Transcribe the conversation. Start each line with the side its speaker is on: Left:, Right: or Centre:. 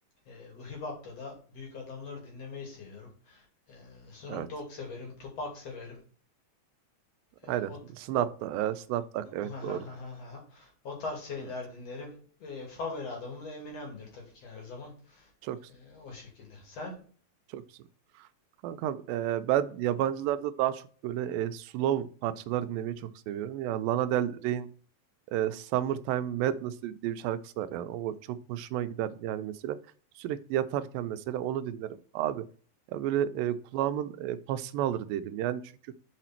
Left: e, bu hip hop'ta da büyük adamları dinlemeyi seviyorum. Ee, Snoop
Right: Evet.
Left: Dogg severim, Tupac severim. Ee,
Right: Aynen.
Left: o,
Right: Snap'ta.
Left: o,
Right: E, Snap'ta.
Left: <laughs>
Right: Evet doğru.
Left: o tarz şeyler
Right: Evet.
Left: dinlerim. Ee, favori adamım da Eminem'dir tabii ki her zaman.
Right: Çok güzel.
Left: Ee, o şekilde. Sen?
Right: Çok güzel. Kankam e, ben yabancılarda daha çok böyle e, slow parçalar dinlemeyi çok seviyorum. Ya Lana Del Rey'in e, Summertime Madness diye bir şarkısı var yani. O çok hoşuma gider yani mesela. Sürekli yatarken mesela onu dinlerim. Abi ya böyle e, kulağımın e, pasını alır diyelim. Yani çünkü